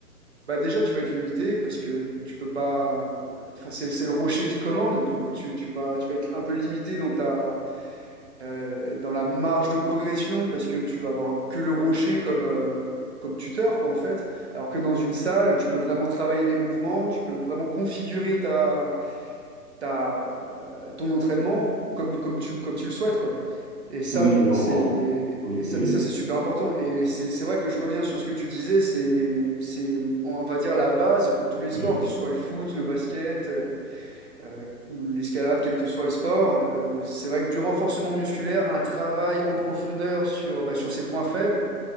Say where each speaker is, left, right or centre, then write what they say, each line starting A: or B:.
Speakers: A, on the right (about 45°); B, on the right (about 75°).
A: bah déjà, tu vas être limité, parce que tu peux pas, enfin, c'est, c'est le rocher qui commande, du coup, tu, tu vas, tu vas être un peu limité dans ta, euh, dans la marge de progression parce que tu vas avoir que le rocher comme, euh, comme tuteur, quoi, en fait. Alors que dans une salle, tu peux vraiment travailler des mouvements, tu peux vraiment configurer ta, ta, euh, ton entraînement comme, comme tu, comme tu le souhaites, quoi. Et ça,
B: Oui, je comprends.
A: c'est,
B: Oui,
A: et ça,
B: oui,
A: ça, c'est super important. Et c'est c'est vrai que je reviens sur ce que tu disais, c'est, c'est, on va dire, la base pour tous les sports,
B: oui.
A: que ce soit le foot, le basket. euh, euh, l'escalade, quel que soit le sport. euh, c'est vrai que du renforcement musculaire, un travail en profondeur sur, bah, sur ses points faibles,